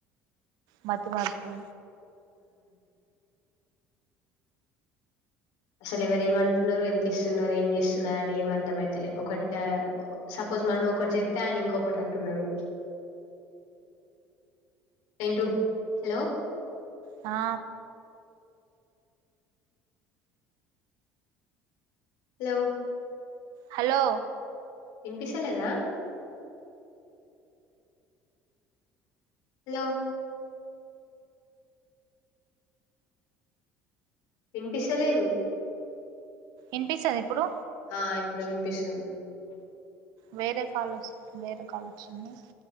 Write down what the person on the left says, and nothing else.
అసలెవరేమంటున్నరు ఎంతిస్తున్నరు ఏం చేస్తున్నరని ఏం అర్థమైతలే ఒకటా ఒ సపో రోజు మనం ఒకటి చెప్తే ఆయన ఇంకొకటి అంటున్నడు ఏంటూ హలో
హలో
ఇనిపిస్తలేదా హలో ఇనిపిస్తలేదు
ఆ ఇప్పుడు వినిపిస్తుంది